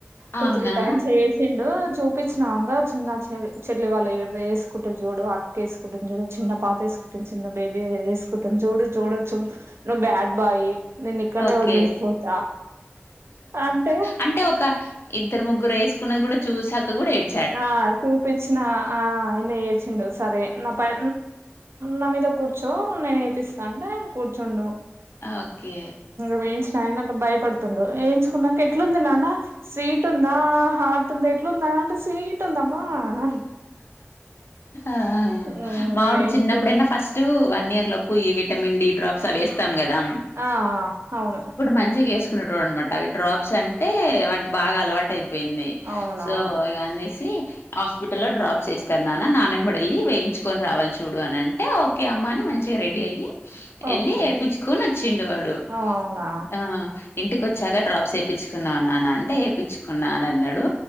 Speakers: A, on the right; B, on the left.
A: టు
B: అవునా?
A: త్రీ టైమ్స్ ఏస్ చిండు చూపించినంగా చిన్న చె చెల్లి వాళ్ళు వేసుకుంటురు చూడు ఆ ఏసుకుంటుంది చూడు చిన్న పాప వేసుకుంటుంది చిన్న బేబీ ఏసుకు టుంది చూడు చూడొచ్చు నువ్వు బ్యాడ్ బాయ్ నిన్ను ఇక్కడనే
B: ఓకే.
A: వదిలేసిపోత అంటే
B: అంటే ఒక ఇద్దరు ముగ్గురు వేసుకున్నది కూడా చూసాక కూడా ఏడు
A: ఆ చూపిచ్చిన ఆ ఆయినా ఏడ్చిండు సరే నా ప నా మీద కూర్ ర్చో నేను ఏపిస్తా అంటే కూర్చుండు
B: ఓకే.
A: వేయించినాయన భయపడుతుండు ఏయించి కున్నాక ఎట్లుంది నాన్న స్వీట్ ఉందా హాట్ ఉందా ఎట్లుందా అంటే స్వీట్ ఉందమ్మా అన
B: ఆహా
A: హ్మ్.
B: మావోడు
A: వేయించుకుండు.
B: చిన్నప్పుడైనా ఫస్ట్ టు వన్ ఇయర్ లోపు ఈ విటమిన్ డి డ్రాప్స్ అవి వేస్తాం కదా
A: ఆ ఆ అవును
B: మంచిగ ఏసుకునేటోడు అనమాట అవి డ్రాప్స్ అంటే వానికి బాగా అలవాటయి పోయింది
A: అవునవును.
B: సో ఇగ అనేసి హాస్ప్ పిటల్లో డ్రాప్ చేస్తారు నాన్న నానెంబడి వెళ్ళి వేయించుకొని రావాలి చూడు అని అంటే ఓకే అమ్మ అని మంచిగా రెడీ అయ్యి
A: ఓకే.
B: ఎళ్ళి ఏపిచ్చుకొని వచ్చిండు వాడు
A: అవునా!
B: ఆ ఇంటికి వచ్చాక డ్రాప్స్ వేపించుకున్నావ నాన్న అంటే వేయించుకున్నా అని అన్నడు